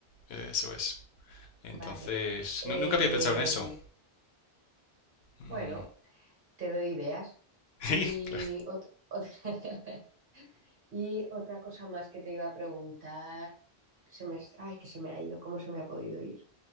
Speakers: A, on the left (about 75°); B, on the right (about 55°).
A: Eso es. Entonces,
B: Vale. Eh,
A: nu- nunca había pensado en eso. Mm.
B: bueno, te doy ideas.
A: <laughs> Sí,
B: Y,
A: claro.
B: ot- ot- <laughs> y otra cosa más que te iba a preguntar. Se me, ay, que se me ha ido, ¿cómo se me ha podido ir?